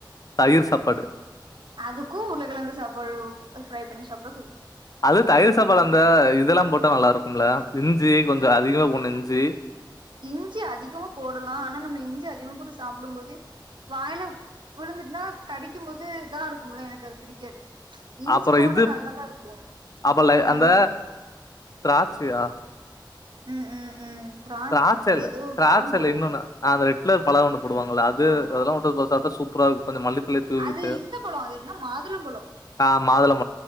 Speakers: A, on the left; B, on the right.
A: தயிர் சாப்பாடு
B: அதுக்கு உருள கெலங்கு சாப்பாடு ஃப்ரை பண்ணி சாப்ட்டா
A: அது தயிர் சாப்பாடு அந்த இதல்லா போட்டா நல்லாருக்கும்ல இஞ்சி கொஞ்ச அதிகமா போட்னு இஞ்சி
B: இஞ்சி அதிகமா போடலா ஆனா நம்ம இஞ்சி அதிகமா போட்டு சாப்புடு போது வாயில உலுந்துட்னா கடிக்கு போது இதா இருக்கும்ல எனக்கு அது பிடிக்காது இஞ்சி
A: அப்புற
B: போட்டா
A: இது
B: நல்லாதா இருக்கு
A: அப்பலை
B: நம்ம
A: அந்த த்ராச்சியா
B: ம் ம் ம் திரா
A: த்ராச்சல்ல
B: அது ஏதோ ஒரு
A: திராச்சல்ல
B: பழம் போடுவாங்க
A: இன்னொன்ன ஆதரெ ட்லர் பல ஒன்னு போடுவாங்கள்ள அது
B: ஆமா
A: அதல்லா
B: ஆமா
A: உட்டுத்ப சாப்ட்டா சூப்பரார்க்கு கொஞ்ச மல்லித்தலய தூவி
B: அது
A: உட்டு
B: இந்த பழோ அது என்ன மாதுளம்பழோ
A: ஆ மாதுளம்